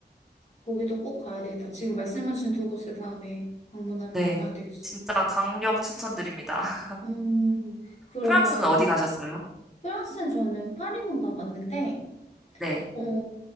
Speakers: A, on the left; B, in the centre.
A: 거기도 꼭 가야 되겠다. 지금 말씀하신 두 곳을 다음에 방문하면
B: 네.
A: 가야 되겠어요.
B: 진짜 강력 추천드립니다. <laughs>
A: 음, 그러면
B: 프랑스는 어디 가셨어요?
A: 프랑스는 저는 파리만 가봤는데,
B: 네.
A: 어,